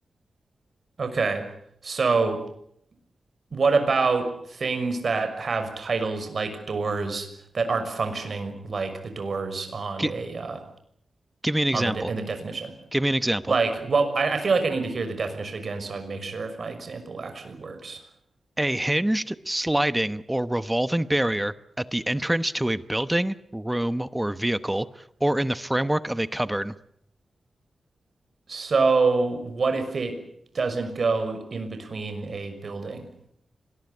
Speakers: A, on the right; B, in the centre.
A: Okay. So What about things that have titles like doors that aren't functioning like the doors on
B: Gi-
A: a uh,
B: give me an example.
A: on the de in the definition?
B: Give me an example.
A: Like, well, I, I feel like I need to hear the definition again so I make sure if my example actually works.
B: A hinged, sliding, or revolving barrier at the entrance to a building, room, or vehicle, or in the framework of a cupboard.
A: So, what if it doesn't go in between a building?